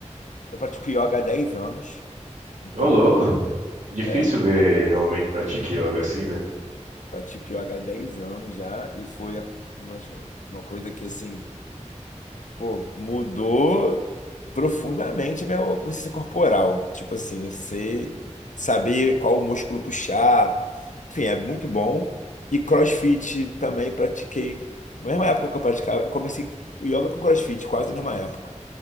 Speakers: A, on the left; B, on the right.
A: Eu pratico yoga há 10 anos, então,
B: Ô, louco. Difícil
A: é,
B: ver
A: então,
B: homem que pratica yoga assim, né?
A: pratico yoga há 10 anos já, e foi uma, uma coisa que, assim, pô, mudou profundamente a minha consciência corporal. Tipo assim, eu sei saber qual músculo puxar, enfim, é muito bom. E CrossFit também pratiquei, na mesma época que eu praticava, eu comecei o yoga com CrossFit, quase na mesma época.